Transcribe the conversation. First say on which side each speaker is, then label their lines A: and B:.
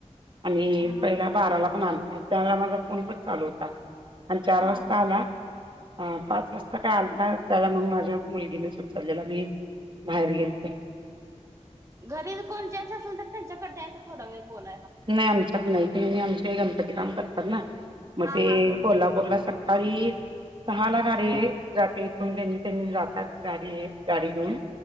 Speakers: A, on the right (about 45°); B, on the right (about 25°).
A: आणि
B: हा
A: पहिला बाराला पण आलता त्यावेळेला माझा फोन पण चालू होता आणि चार
B: हा
A: वाजता
B: हा
A: आला अ पाच वाजता काय आलता त्यावेळेला मग माझ्या मुलगीनेच उचललेला मी बाहेर गेलते
B: घरी कोण जेन्स असल तर त्यांच्याकड द्यायचं थोडा वेळ बोलायला मग
A: नाही आमच्यात नाही तेनी आमचे हे गणपती काम करतात ना मते
B: हा हा हा
A: कोल्हापूरला
B: हा
A: सकाळी सहाला गाडी जाते इथून त्यांनी जातात गाडीये गाडी घेऊन